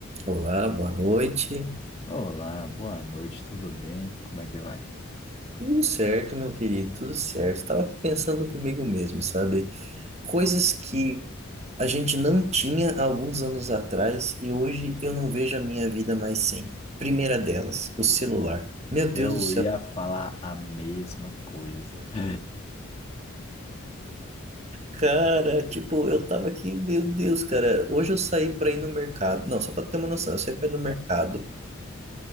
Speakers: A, on the right (about 30°); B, on the left (about 30°).
A: Olá, boa noite.
B: Olá, boa noite, tudo bem? Como é que vai?
A: Tudo certo, meu querido, tudo certo. Estava aqui pensando comigo mesmo, sabe? Coisas que a gente não tinha há alguns anos atrás e hoje eu não vejo a minha vida mais sem. Primeira delas, o celular. Meu
B: Eu
A: Deus do céu.
B: ia falar a mesma coisa. <laughs>
A: Cara, tipo, eu tava aqui, meu Deus, cara. Hoje eu saí para ir no mercado. Não, só para ter uma noção, eu saí para ir no mercado.